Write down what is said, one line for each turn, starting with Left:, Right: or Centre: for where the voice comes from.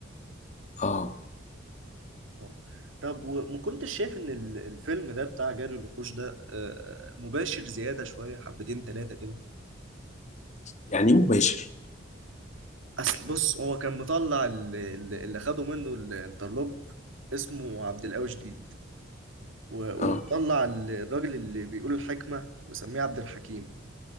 Left: اه
Right: آه. طب وما كنتش شايف ان ال- الفيلم ده بتاع جري الوحوش ده آه، مباشر زياده شويه حبتين ثلاثه كده
Left: يعني إيه مباشر
Right: اصل بص هو كان مطلع ال- ال- اللي خده منه الانترلوب اسمه عبد القوي شديد و-
Left: اه
Right: ومطلع ال- الراجل اللي بيقول الحكمه مسميه عبد الحكيم